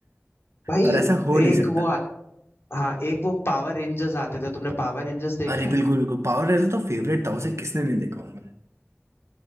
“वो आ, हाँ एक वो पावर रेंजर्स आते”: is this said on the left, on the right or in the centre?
Left